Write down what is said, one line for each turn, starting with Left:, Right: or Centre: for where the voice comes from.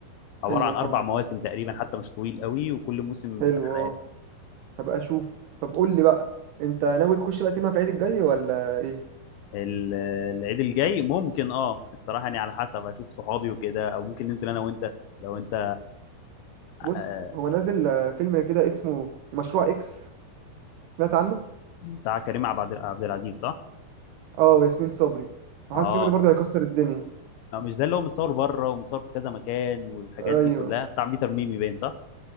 Left: عباره
Right: ايوه
Left: عن
Right: فاهمك
Left: اربع مواسم تقريبا حتى مش طويل قوي وكل موسم
Right: حلو
Left: ثلاث حلقات
Right: اه هبقى اشوف طب قول لي بقى انت ناوي تخش بقى سينما في العيد الجاي ولا ايه
Left: ال- العيد الجاي ممكن اه الصراحه يعني على حسب اشوف صحابي وكده او ممكن ننزل انا وانت لو انت
Right: بص
Left: آه،
Right: هو نازل آه، فيلم كده اسمه مشروع اكس سمعت عنه
Left: بتاع كريم عبد عبد العزيز صح؟
Right: اه وياسمين صبري حاسس
Left: اه
Right: فيلم ده برضه هيكسر الدنيا
Left: آه، مش ده اللي هو متصور بره ومتصور في كذا مكان والحاجات
Right: ايوه
Left: دي كلها بتاع بيتر ميمي باين صح؟